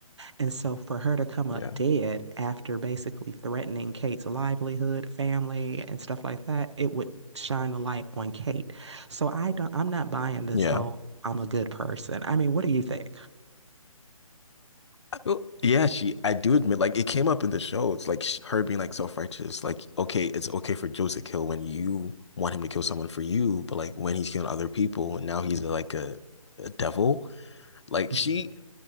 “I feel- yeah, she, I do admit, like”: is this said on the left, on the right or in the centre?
Left